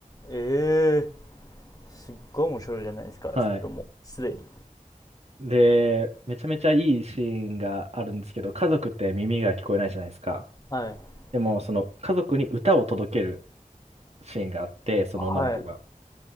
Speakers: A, on the left; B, on the right.
A: ええーすっごい面白いじゃないですか、
B: はい。
A: それも、すでに。
B: で、めちゃめちゃいいシーンがあるんですけど、家族って耳が聞こえないじゃないですか。
A: はい、
B: でも、その家族に歌を届けるシーンがあって、その女の子が。
A: はい。